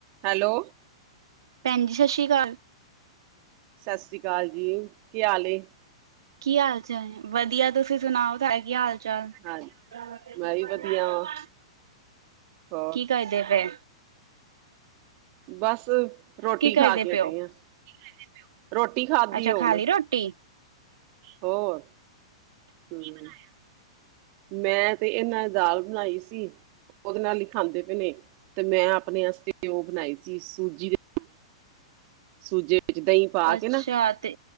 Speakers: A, on the right; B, on the right.
A: ਹੈਲੋ।
B: ਭੈਨ ਜੀ, ਸ਼ਸੀ਼ਕਾਲ।
A: ਸਸਰੀਕਾਲ ਜੀ, ਕੀ ਹਾਲ ਏ?
B: ਕੀ ਹਾਲ ਚਾ, ਵਦੀਆ ਤੂਸੀ ਸੁਨਾਓ ਤਾਏ ਕੀ ਹਾਲ-ਚਾਲ?
A: ਹਾਂਜੀ
B: <unintelligible>
A: ਮੈਂ ਵੀ ਵਧੀਆ ਵਾਂ ਹੋਰ
B: ਕੀ ਕਰਦੇ ਪਏ?
A: ਬਾੱਸ ਰੋਟੀ
B: ਕੀ
A: ਖਾ
B: ਕਰਦੇ
A: ਕੇ
B: ਪਿਓ
A: ਹਟੇ ਆਂ, <unintelligible> ਰੋਟੀ ਖਾੱਦੀ
B: ਅੱਛਾ
A: ਏ ਹੁਨ।
B: ਖਾ ਲਈ ਰੋਟੀ
A: ਹੋਰ। ਕੀ ਬਨਾਏਆ ਸੀ, ਮੈਂ ਤੇ, ਏਨਾਂ ਨੇ ਦਾਲ ਬਨਾਈ ਸੀ। ਓਦੇ ਨਾਲ ਈ ਖਾਂਦੇ ਪਏ ਨੇ, ਤੇ ਅਪਨੇ ਅਸਤੇ ਓ ਬਨਾਈ ਸੀ, ਸੂਜੀ ਦੇ ਸੂਜੀ ਏੱਚ ਦਹੀਂ ਪਾ
B: ਅੱਛਾ
A: ਕੇ ਨਾ,
B: ਤੇ